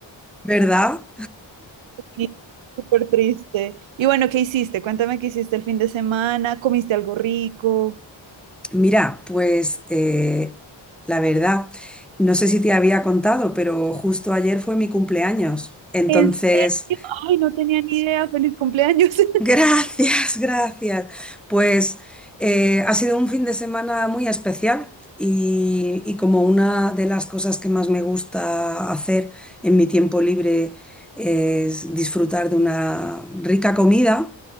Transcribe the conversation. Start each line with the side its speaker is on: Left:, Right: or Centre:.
Centre: ¿verdad?
Right: Sí, súper triste. Y bueno, ¿qué hiciste? Cuéntame qué hiciste el fin de semana. ¿Comiste algo rico?
Centre: Mira, pues eh, la verdad, no sé si te había contado, pero justo ayer fue mi cumpleaños. Entonces,
Right: ¿En serio? Ay, no tenía ni idea. Feliz cumpleaños. <laughs>
Centre: Gracias, <laughs> gracias. Pues eh, ha sido un fin de semana muy especial y, y como una de las cosas que más me gusta hacer en mi tiempo libre es disfrutar de una rica comida,